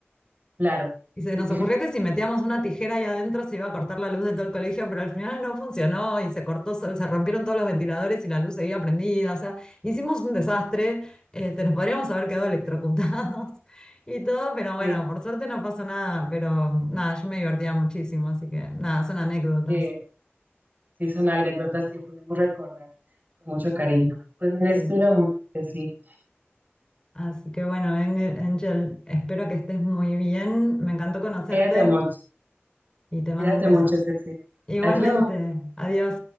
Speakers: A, on the right; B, on the left.
A: claro,
B: Y se
A: sí,
B: nos
A: <laughs>
B: ocurrió que si metíamos una tijera ahí adentro se iba a cortar la luz de todo el colegio, pero al final no funcionó y se cortó, sol- se rompieron todos los ventiladores y la luz seguía prendida. O sea, hicimos un desastre, este, nos podríamos haber quedado electrocutados <laughs> y todo, pero bueno,
A: sí,
B: por suerte no pasó nada, pero nada, yo me divertía muchísimo, así que nada, son anécdotas.
A: eh, sí, son anécdotas que podemos recordar con mucho cariño. Pues me
B: Sí.
A: despido mucho, sí.
B: Así que bueno, Angel, Angel, espero que estés muy bien. Me encantó conocerte
A: Cuídate mucho,
B: y te mando
A: cuídate
B: un beso.
A: mucho, Ceci.
B: Igualmente,
A: Adiós.
B: adiós.